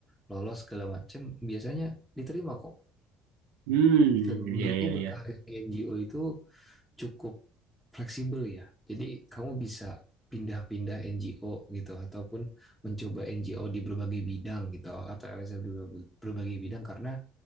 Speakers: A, in the centre; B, on the right.
A: lolos segala macam biasanya diterima kok
B: Hmm,
A: dan menurutku
B: iya, iya,
A: berkarir
B: iya.
A: di NGO itu cukup fleksibel ya. Jadi kamu bisa pindah-pindah NGO gitu ataupun mencoba NGO di berbagai bidang gitu atau LSM di berbagai bidang karena